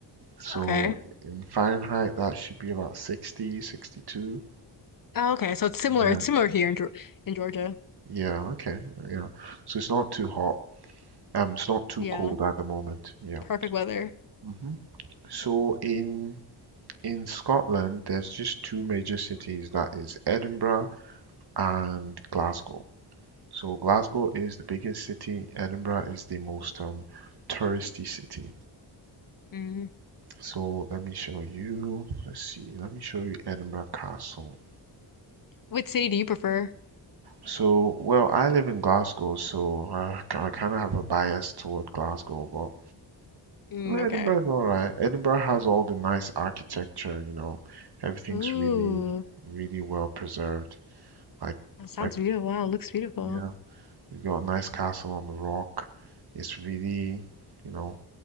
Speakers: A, on the right; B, on the left.
A: So
B: okay.
A: in Fahrenheit, that should be about 60, 62.
B: Oh, okay. So it's similar.
A: Yeah.
B: It's similar here in Geor in Georgia.
A: Yeah. Okay. Yeah. So it's not too hot. Um, it's not too
B: Yeah.
A: cold at the moment. Yeah.
B: Perfect weather.
A: hmm So in in Scotland, there's just two major cities. That is Edinburgh and Glasgow. So Glasgow is the biggest city. Edinburgh is the most um, touristy city.
B: Mm.
A: So let me show you. Let's see. Let me show you Edinburgh Castle.
B: Which city do you prefer?
A: So, well, I live in Glasgow, so I, I kind of have a bias toward Glasgow, but
B: Mm,
A: Edinburgh's
B: okay.
A: all right. Edinburgh has all the nice architecture, you know. Everything's
B: Ooh,
A: really, really well preserved. Like,
B: that sounds
A: like,
B: beautiful. Wow, looks beautiful.
A: yeah, you got a nice castle on the rock. It's really, you know,